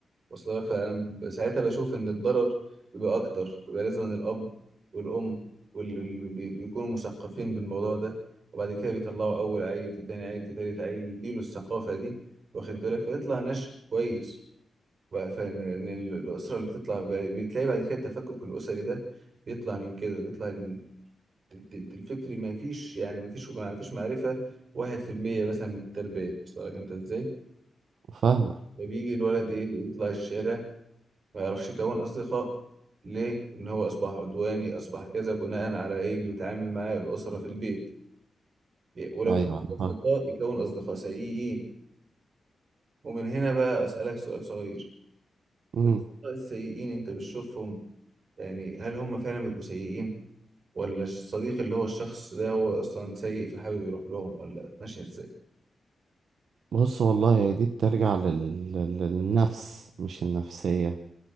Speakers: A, on the right (about 50°); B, on the right (about 80°).
A: وصل لك فأنا ب- ساعتها بشوف إن الضرر بيبقى أكتر بيبقى لازم إن الأب والأم واللي بيكونوا مثقفين بالموضوع ده وبعد كده بيطلعوا أول عيل في تاني عيل في تالت عيل يديله الثقافة دي واخد بالك فيطلع نشء كويس بقى فإن إن ال- الأسرة اللي بتطلع ب- بتلاقي بعد كده التفكك الأسري ده بيطلع من كده بيطلع إن الت- الت- الفكري ما فيش يعني ما فيش ما فيش معرفة واحد في المية مثلا من التربية وصل لك أنت إزاي؟
B: فاهمة
A: فبيجي الولد إيه يطلع الشارع ما يعرفش يكون أصدقاء ليه؟ إن هو أصبح عدواني أصبح كذا بناء على إيه اللي بيتعامل معاه الأسرة في البيت ليه؟ ولو
B: ايوه
A: كان
B: انا
A: أصدقاء
B: فاهم
A: يكون أصدقاء سيئين ومن هنا بقى أسألك سؤال صغير
B: مم.
A: الأصدقاء السيئين أنت بتشوفهم يعني هل هم فعلا بيبقوا سيئين ولا الصديق اللي هو الشخص ده هو أصلا سيء فحابب يروح لهم ولا ماشية إزاي؟
B: بص والله هي دي بترجع لل... لل- للنفس مش النفسية